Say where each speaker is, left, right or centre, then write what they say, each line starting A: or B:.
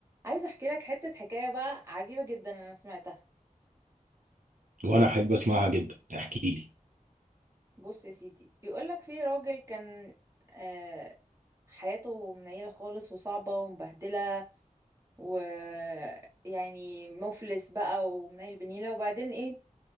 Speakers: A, on the right; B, on the right.
A: عايزة احكي لك حتة حكاية بقى عجيبة جدا انا سمعتها
B: وانا احب اسمعها جدا احكي لي
A: بص يا سيدي بيقول لك في راجل كان آه، حياته منيلة خالص وصعبة ومبهدلة ويعني مفلس بقى ومنيل بنيلة وبعدين ايه